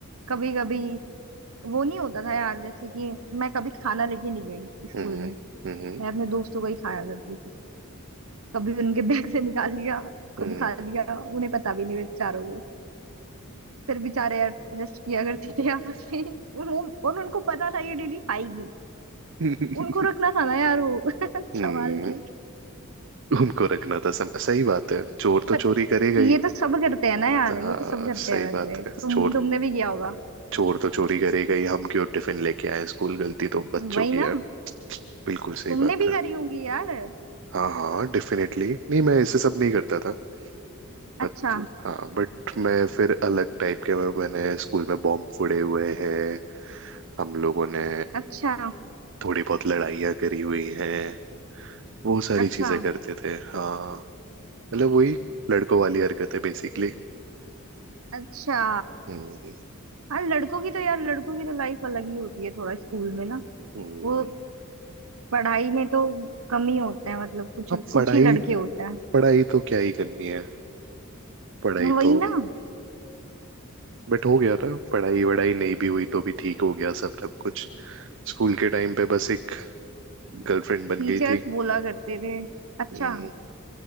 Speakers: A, on the right; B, on the right.
A: कभी कभी वो नहीं होता था यार जैसे कि मैं कभी खाना लेके नहीं गई स्कूल
B: हम्म
A: में
B: हम्म
A: मैं अपने दोस्तों का ही खाया करती थी कभी उनके बैग से निकाल लिया
B: <laughs>
A: खुद
B: हम्म
A: खा लिया उन्हें पता भी नहीं बेचारों को फिर बेचारे एडजस्ट किया करते थे आपस में और वो और उनको पता था ये डेली खाएगी
B: <laughs>
A: उनको रखना था ना यार वो <laughs>
B: हम्म
A: संभाल के
B: उनको रखना था सम, सही बात है चोर तो
A: पर
B: चोरी करेगा
A: ये
B: ही
A: तो सब करते हैं ना यार ये
B: हाँ
A: तो सब करते
B: सही
A: हैं वैसे
B: बात
A: तुम
B: है चोर
A: तुमने भी किया होगा
B: चोर तो चोरी करेगा ही हम क्यों टिफिन लेके आए स्कूल गलती तो बच्चों
A: वही
B: की
A: ना
B: है बिल्कुल सही
A: तुमने
B: बात
A: भी
B: है
A: करी होंगी यार
B: हाँ हाँ डेफिनेटली नहीं मैं ऐसे सब नहीं करता था बट
A: अच्छा
B: हाँ बट मैं फिर अलग टाइप के मैं, मैंने स्कूल में बॉम्ब फोड़े हुए हैं हम लोगों ने
A: अच्छा
B: थोड़ी बहुत लड़ाइयाँ करी हुई हैं वो सारी
A: अच्छा
B: चीजें करते थे हाँ मतलब वही लड़कों वाली हरकतें बेसिकली
A: अच्छा
B: हम्म
A: हाँ लड़कों की तो यार लड़कों की तो लाइफ अलग ही होती है थोड़ा स्कूल में ना
B: हम्म।
A: वो पढ़ाई में तो कम ही होते हैं मतलब कुछ
B: अब
A: कुछ
B: पढ़ाई
A: ही लड़के होते हैं
B: पढ़ाई तो क्या ही करनी है पढ़ाई
A: वही
B: तो
A: ना
B: बट हो गया ना पढ़ाई वढ़ाई नहीं भी हुई तो भी ठीक हो गया सब सब कुछ स्कूल के टाइम पे बस एक गर्लफ्रेंड बन
A: टीचर्स
B: गई थी
A: बोला करते थे अच्छा
B: हम्म,